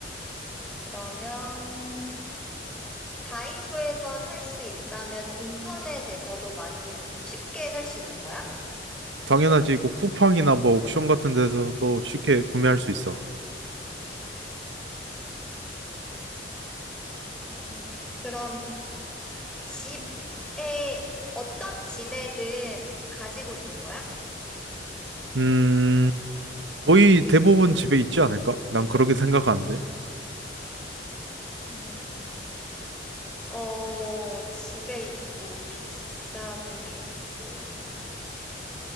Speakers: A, in the centre; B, on the right.
A: 그러면 다이소에서 살 수 있다면 인터넷에서도 많이 쉽게 살 수 있는 거야?
B: 당연하지. 이거 쿠팡이나 뭐 옥션 같은 데서도 쉽게 구매할 수 있어.
A: 어, 그럼 집에, 어떤 집에든 가지고 있는 거야?
B: 음, 거의 대부분 집에 있지 않을까? 난 그렇게 생각하는데.
A: 음, 어, 집에 있고 비싸면 좋고.